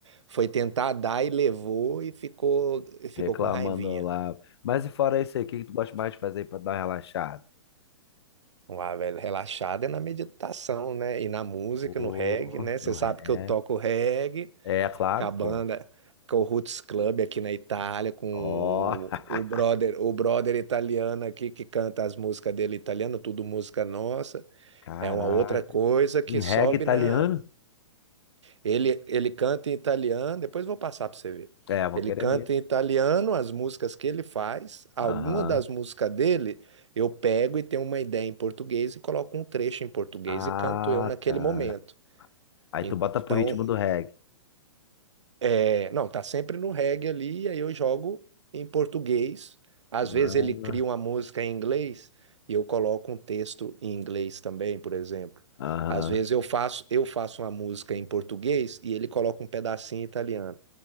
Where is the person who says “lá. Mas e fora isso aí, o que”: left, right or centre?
Left